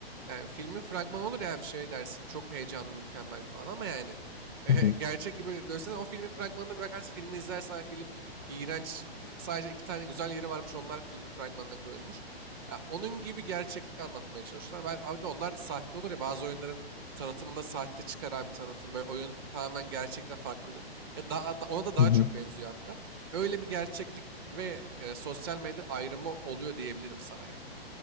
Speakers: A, on the right; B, on the left.
A: Yani filmin fragmanı olur ya bir şey dersin. Çok heyecanlı, mükemmel falan ama yani <laughs>
B: Hı hı.
A: gerçek gibi gösteren o filmin fragmanına bir bakarsın. Filmi izlersen hani film iğrenç. eh, Sadece iki tane güzel yeri varmış. Onlar filmin fragmanına koyulmuş. Ya onun gibi gerçeklik anlatmaya çalışıyorlar. Ben, abi de onlar da sahte olur ya bazı oyunların tanıtımında sahte çıkaran bir tanıtım. Böyle oyun tamamen gerçekten farklıdır. Ya daha da- ona da daha
B: Hı hı.
A: çok benziyor hatta. Öyle bir gerçeklik ve e, sosyal medya ayrımı oluyor diyebilirim sana yani.